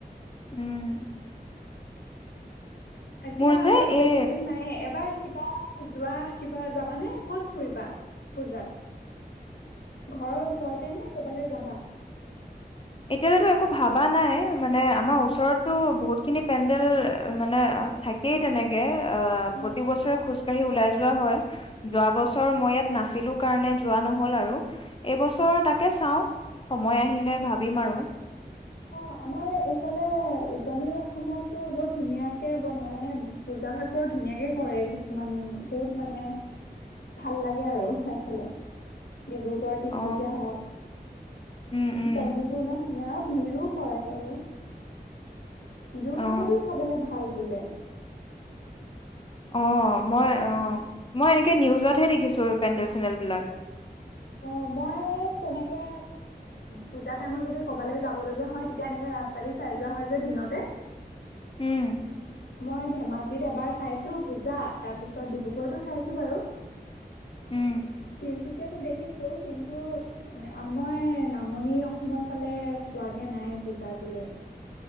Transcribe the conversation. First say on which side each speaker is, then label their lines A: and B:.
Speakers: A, on the left; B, on the left.
A: উম।
B: এতিয়া
A: মোৰ যে
B: আৰু বেছি
A: এই
B: দিন নাই এবাৰ কিবা যোৱা কিবা যাবানে কত ফুৰিবা, পূজাত? ঘৰৰ ওচৰতে নে ক'বালৈ যাবা?
A: এতিয়ালৈ একো ভাবা নাই, মানে আমাৰ ওচৰতটো বহুত খিনি পেণ্ডেল মানে থাকেই তেনেকে। আ
B: অ।
A: প্ৰতি বছৰে খোজ কঢ়ি ওলাই যোৱা হয়, যোৱা বছৰ মই ইয়াত নাছিলো কাৰণে যোৱা নহ'ল। আৰু এইবছৰ তাকে চাও সময় আহিলে ভাবিম আৰু।
B: অ' আমাৰ এইফালে উজনি অসমতো বৰ ধুনীয়াকে বনাই মানে পূজা ভাগ বৰ ধুনীয়াকে কৰে কিছুমান বহুত মানে ভাল লাগে আৰু এফালে। ডিব্ৰুগড়, তিনচুকীয়া
A: অ
B: হওঁক
A: উম উম
B: পেণ্ডেল বোৰ ইমান ধুনীয়া। ভিৰো হয় বাৰু। যোৰহাটতো
A: অ
B: চাবলে ভাল। বোলে।
A: অ' মই অ' মই এনেকে নিউজতহে দেখিছো পেণ্ডেল চেণ্ডেলবিলাক।
B: অ' মই তেনেকে পূজা টাইমত যদি কবালৈ যাওঁ লগা হয় তেতিয়া এনেকে ৰাস্তা দি চাই যোৱা হয় যে দিনতে
A: উম
B: মই ধেমাজিত এবাৰ চাইছো পূজা। তাৰ পিছত ডিব্ৰুগড়তো চাইছো বাৰু।
A: উম
B: তিনিচুকীয়াতটো দেখি দেখিছো কিন্তু মই নামনি অসমৰ ফালে চোৱাগে নাই পুজা আজিলৈ।